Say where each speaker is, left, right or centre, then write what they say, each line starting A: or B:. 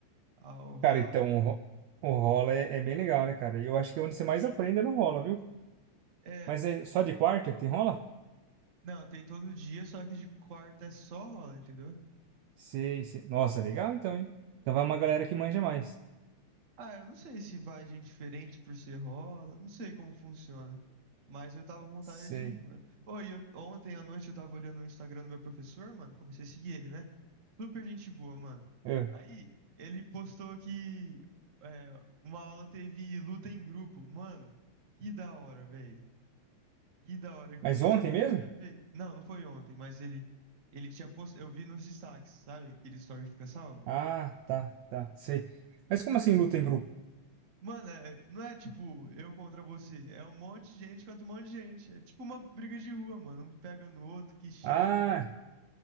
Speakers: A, on the right; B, on the right.
A: Ah, o rola.
B: cara, então
A: aula-
B: o, ro- o rola é, é bem legal, né, cara? E eu acho que é onde você mais aprende é no rola, viu?
A: É,
B: Mas é só de quarta que tem rola?
A: Não, tem todo dia, só que de quarta é só rola, entendeu?
B: Sei, sei. Nossa, legal então, hein? Então vai uma galera que manja mais.
A: Ah, eu não sei se vai gente diferente por ser rola, não sei como funciona. Mas eu tava com vontade
B: Sei.
A: de ir, mano. Ô, e eu- ontem à noite eu tava olhando o Instagram do meu professor, mano. Comecei a seguir ele, né? Super gente boa, mano.
B: É.
A: Aí, ele postou que é, uma aula teve luta em grupo. Mano, que da hora, velho. Que da hora que
B: Mas
A: foi.
B: ontem
A: Já,
B: mesmo?
A: já fez? Não, não foi ontem, mas ele, ele tinha postado. Eu vi nos destaques, sabe? Aqueles stories que fica salvo.
B: Ah, tá, tá, sei. Mas como assim luta em grupo?
A: Mano, é- não é tipo eu contra você, é um monte de gente contra um monte de gente. É tipo uma briga de rua, mano. Um pega no outro, que chega
B: Ah,
A: no outro.